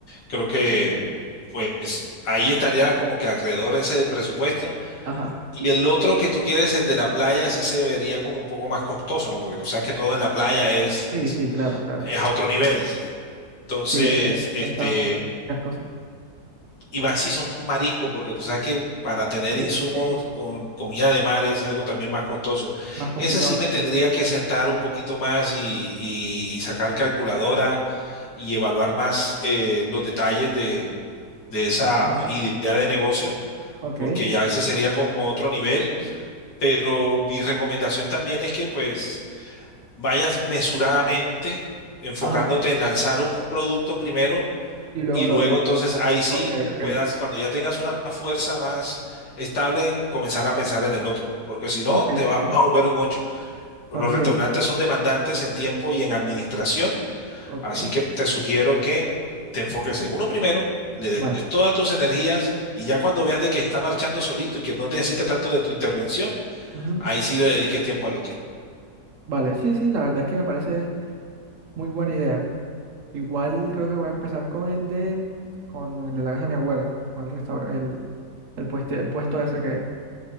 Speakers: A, on the left (about 85°); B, on the right (about 55°).
A: creo que
B: Sí.
A: pues ahí estaría como que alrededor ese del presupuesto.
B: Ajá.
A: Y el otro que tú quieres, el de la playa, sí se vería como un poco más costoso, ¿no? Porque tú sabes que todo en la playa es,
B: Sí, sí, claro, claro.
A: es a otro nivel. Entonces,
B: Sí, hay que tener en
A: este,
B: cuenta muchas cosas.
A: y más si son mariscos, porque tú sabes que para tener
B: Sí,
A: insumos
B: sí.
A: con comida de mar es algo también más costoso.
B: Más complicado
A: Ese sí
B: también.
A: me tendría que sentar un poquito más y, y- y sacar calculadora y evaluar más eh, los detalles de, de esa
B: Ajá.
A: idea de negocio,
B: Ok.
A: porque ya ese sería como otro nivel pero mi recomendación también es que pues vayas mesuradamente enfocándote
B: Ajá.
A: en lanzar un producto primero
B: Y luego
A: y
B: el
A: luego
B: otro.
A: entonces ahí sí
B: Ok, ok.
A: puedas, cuando ya tengas una fuerza más estable, comenzar a pensar en el otro, porque si no,
B: Ok,
A: te vas
B: ok.
A: a volver un ocho. Los
B: Ok,
A: restaurantes
B: ok.
A: son demandantes en tiempo y en administración,
B: Ok.
A: así que te sugiero que te enfoques en uno primero. Le
B: Vale.
A: des todas tus energías y ya cuando veas de que está marchando solito y que no necesita tanto de tu intervención,
B: Ujú.
A: Ahí sí le dediques tiempo al otro.
B: Vale. Sí, sí, la verdad es que me parece muy buena idea. Igual creo que voy a empezar con el de, con el de la casa de mi abuela, con el restaurante, el, el pueste- el puesto ese que,